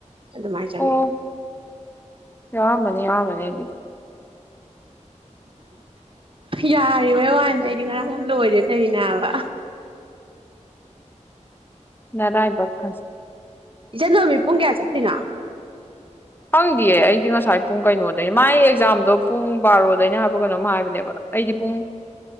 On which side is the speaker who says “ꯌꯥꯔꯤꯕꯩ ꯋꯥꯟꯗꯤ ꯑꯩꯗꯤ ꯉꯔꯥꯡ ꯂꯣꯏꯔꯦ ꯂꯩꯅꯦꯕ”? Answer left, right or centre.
Right